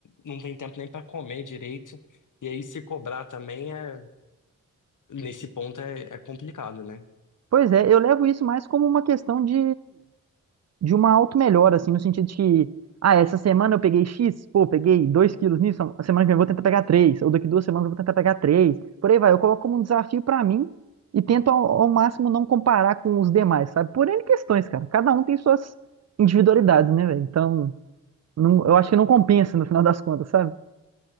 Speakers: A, on the left (about 60°); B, on the right (about 50°).
A: não, não tem tempo nem para comer direito, e aí se cobrar também é nesse ponto é, é complicado, né?
B: Pois é, eu levo isso mais como uma questão de de uma auto-melhora, assim, no sentido de que, ah, essa semana eu peguei X, pô, peguei 2 quilos nisso, a semana que vem eu vou tentar pegar 3 ou daqui duas semanas eu vou tentar pegar 3 por aí vai. Eu coloco como um desafio pra mim e tento ao, ao máximo não comparar com os demais, sabe? Por N questões, cara. Cada um tem suas individualidades, né, velho? Então, não- eu acho que não compensa no final das contas, sabe?